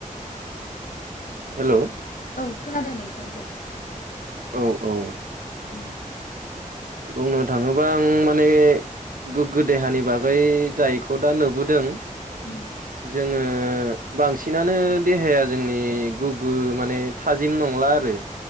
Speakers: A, on the right (about 85°); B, on the left (about 75°).
A: हेल'
B: औ खोनादों नोंथां बुं
A: औ औ
B: उम
A: बुंनो थाङोबा आं माने गोग्गो देहानि बागै जायखौ दा नुबोदों
B: उम
A: जोङो बांसिनानो देहाया जोंनि गोगो माने थाजिम नंला आरो